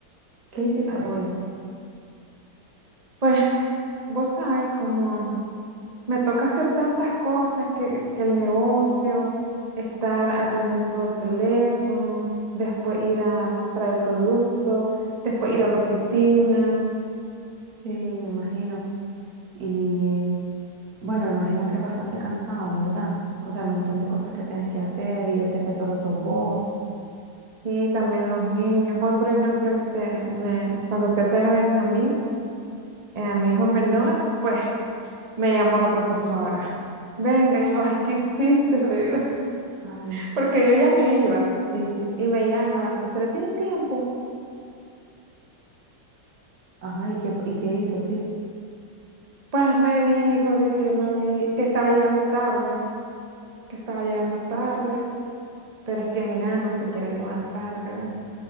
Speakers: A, on the right; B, on the right.
A: ¿Qué hiciste
B: Ay,
A: hoy?
B: pues, pues vos sabes, como me toca hacer tantas cosas que, que el negocio, estar atendiendo el teléfono, después ir a traer productos, después ir a la oficina,
A: Sí, me imagino. Y bueno, me imagino que es bastante cansado, ¿verdad? O sea, el montón de cosas que tienes que hacer y yo sé que solo sos vos.
B: y también los niños. Hoy, por ejemplo, este, me, cuando fui a traer a Benjamín, eh, a mi hijo menor, pues Me llamó la profesora. Venga, yo, ay, ¿qué hiciste? Le digo,
A: Ay,
B: <laughs> porque yo ya me iba.
A: sí, sí.
B: Y me llama la profesora, ¿tiene tiempo?
A: Ajá, ¿y qué, y qué hizo? Sí.
B: Pues me dijo de que no vi, que estaba llegando tarde, que estaba llegando tarde, pero es que mira, no se quiere levantar, Gaby.